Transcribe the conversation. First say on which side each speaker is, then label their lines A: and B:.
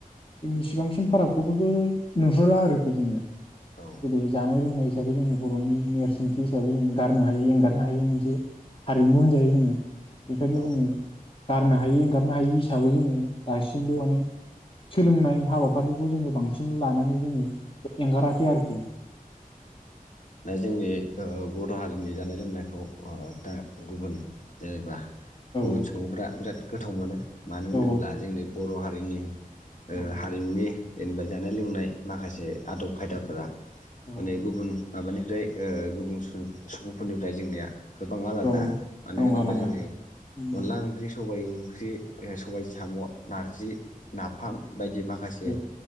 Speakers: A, on the left; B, on the left.
A: जोंनि सिबांसिम फाराग बेफोरखौ नुहरा आरोखि जोङो।
B: औ
A: जेरै जानाय लोंनायसै। हिसाबै जोंनि बर'नि नेरसोनथि हिसाबै जों गारनो हायो एंगारनो हायो मोनसे हारिमु होनजायो जोङो बेखायनो
B: औ
A: जोङो। गारनो हायो एंगारनो हायि हिसाबै जोङो दासिमबो माने सोलोंनाय हाबाफारिखौ जोङो बांसिन लानानै जोङो एंगाराखै आरोखि
B: दा जोंनि ओ बर' हारिनि जानाय लोंनायखौ दा गुबुन जेनेबा
A: औ
B: गुबुन सुबुंफ्रा बिराद गोथाव मोनो। मानो
A: औ
B: होनोब्ला जोंनि बर' हारि जोंनि ओ
A: औ
B: हारिमुनि जेनेबा जानाय लोंनाय माखासे आदब खायदाफोरा
A: औ औ औ
B: गुबुन माबानिफ्राय ओ गुबुन सुबुंफोरनिफ्राय जोंनिया गोबां आलादा
A: औ
B: मानो होनोबा
A: आलादा
B: जोंनि
A: उम
B: अनला ओंख्रि सबाइ ओंख्रि सबायजों साम'आ नारजि नाफाम
A: औ
B: बायदि माखासे
A: औ